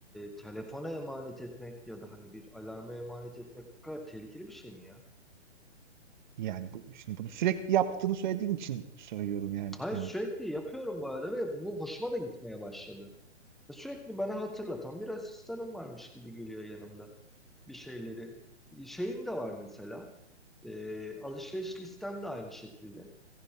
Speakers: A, in the centre; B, on the right.
A: telefona emanet etmek ya da hani bir alarma emanet etmek bu kadar tehlikeli bir şey mi ya?
B: yani bu, şimdi bunu sürekli yaptığını söylediğin için söylüyorum yani
A: Hayır
B: hani
A: sürekli yapıyorum bu arada ve bu hoşuma da gitmeye başladı. Ve Sürekli bana hatırlatan bir asistanım varmış gibi geliyor yanımda bir şeyleri. Şeyim de var mesela. E, alışveriş listem de aynı şekilde.